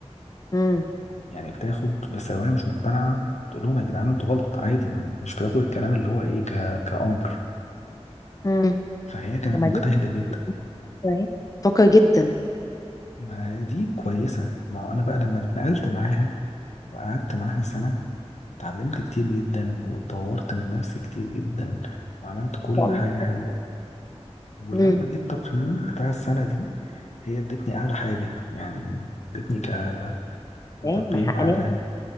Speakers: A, on the left; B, on the left.
A: امم
B: يعني بتاخد بس لو هي مش مقتنعة بتقول لهم يا جدعان انتوا غلط عادي مش بتاخد الكلام اللي هو ايه ك... كأمر
A: امم
B: فهي كانت
A: طب ما
B: مجتهدة
A: دي
B: جدا
A: فكرة اهي فكر جدا ما
B: ما هي دي كويسة ما هو أنا بقى لما اتنقلت معاها وقعدت معاها سنة اتعلمت كتير جدا واتطورت من نفسي كتير جدا وعملت كل
A: شاء الله
B: حاجة حلوة ولما
A: امم
B: جيت التقييم بتاع السنة دي هي ادتني أعلى حاجة يعني ادتني ك- كتقييم
A: ايه ما حقناش
B: أعلى حاجة